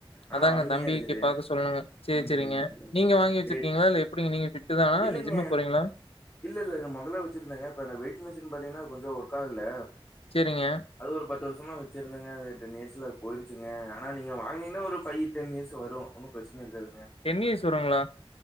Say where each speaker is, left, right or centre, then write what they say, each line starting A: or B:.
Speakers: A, on the left; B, on the left.
A: ஆனா
B: அதாங்க
A: அருமையா
B: தம்பிக்கு
A: இருக்குது
B: பாக்க சொல்லணுங்க. சேரி,
A: ம்
B: சேரிங்க. நீங்க வாங்கி வச்சிருக்கீங்களா?
A: டீல்
B: இல்ல எப்டிங்க நீங்க ஃபிட்டு தானா?
A: இல்லலைங்க
B: இல்ல ஜிம்முக்கு போறீங்களா?
A: இல்லல்ல இது மொதல்ல வச்சிருந்தேங்க இப்ப இந்த வெயிட் மிஷின் பாத்தீங்னா கொஞ்சோ ஒர்க் ஆகல
B: சேரிங்க.
A: அது ஒரு பத்து வருஷமா வச்சுருந்தேங்க அது டென் இயர்ஸ்ல அது போயிடுச்சுங்க ஆனா நீங்க வாங்குனீங்னா ஒரு ஃபை டென் இயர்ஸ் வரூ ஒன்னூ ப்ரச்சன இருக்காது
B: டென் இயர்ஸ் வரூங்களா